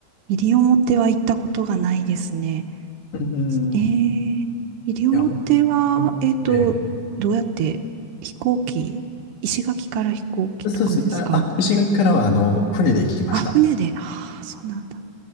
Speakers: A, on the right (about 80°); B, on the left (about 85°).
A: 西表は行ったことがないですね。
B: うん。
A: えー、
B: い
A: 西表は、
B: や、本当に、
A: えっと、
B: え
A: どうやって飛行機、石垣から飛行機とかですか
B: えそうですね。あ、あ、石垣からは、あの、船で行きました。
A: あ、船で。ああ、そうなんだ。